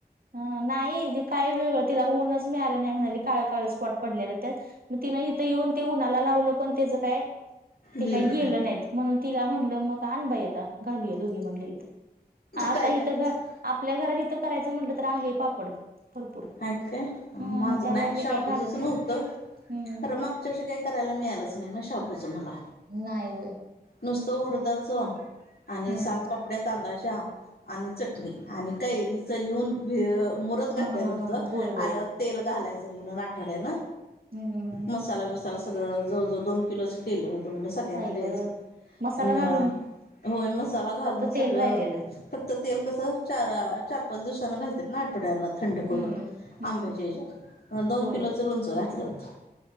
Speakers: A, on the right; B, on the left.
A: अं नाई ती काही वेगळं तिला ऊनच मिळालं नाय म्हणाली काळ- काळ स्पॉट पडल्याल त्यात मग तिन इथ येऊन ते उन्हाला लावल पण त्याच काय ते
B: गेलो
A: काही गेल
B: नाही
A: नाहीत म्हणून तिला म्हटल मग आण बाई आता घालूया दोघी म्हणल इथ. आता
B: काय
A: इथ
B: करायचं
A: घर आपल्या घरात इथ करायच म्हटल तर आहे पापड. भरपूर
B: आहेत काय
A: हम्म
B: माझ
A: त्यामुळे
B: नाही
A: मी
B: शॉप.
A: काय घालत
B: तुझच
A: ना
B: नव्हत
A: हम्म
B: खर मागच्या वर्षी काही करायला मिळालच नाही ना शाबूच मला.
A: नाही व्हय.
B: नुसत उडदाच आणि
A: हम्म
B: सालपाप पापड्या तांदाळाच्या आणि चटणी आणि कैरीच यीऊन मुरत घातलेल
A: हा
B: होत.
A: होय होय
B: तेल घालायच म्हणून आठवड्याला
A: हम्म
B: मसाला बीसाला सगळ जवळ जवळ दोन किलोच केल होत म्हणल सगळ्यांना
A: आई
B: द्यायच
A: ग मसाला
B: पण
A: घालून
B: होय मसाला घालून
A: फक्त
B: सगळ.
A: तेल राहिलेलं
B: फक्त तेल कस चार चार पाच दिवसांन घालत्यात ना आठवड्यान थंड करून.
A: हम्म हम्म
B: आंब्याच्या ह्याच्यात दोन
A: होय
B: किलोच लोणच घातल होत